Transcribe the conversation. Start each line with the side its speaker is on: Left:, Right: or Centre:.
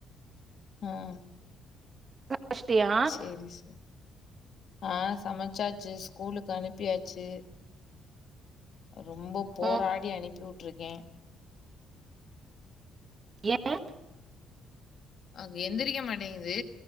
Left: ம்
Right: சஷ்டியா
Left: சேரி சா ஆ சமைச்சாச்சு ஸ்கூலுக்கு அனுப்பியாச்சு ரொம்ப போராடி
Right: ம்
Left: அனுப்பி உட் ருக்கேன்
Right: ஏன்
Left: அக் எந்திரிக்க மாட்டேங்கிது